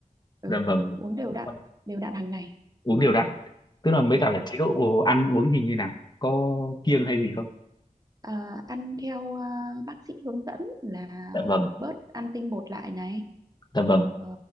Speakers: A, on the right; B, on the left.
A: ừ
B: dạ vâng
A: uống đều đặn
B: Vâng,
A: đều đặn hàng ngày
B: uống đều đặn tức là mới
A: ừ.
B: cả là chế độ ăn uống hình như nào có kiêng hay gì không
A: à, ăn theo à, bác sĩ hướng dẫn là
B: dạ vâng
A: bớt ăn tinh bột lại này
B: dạ vâng
A: ờ,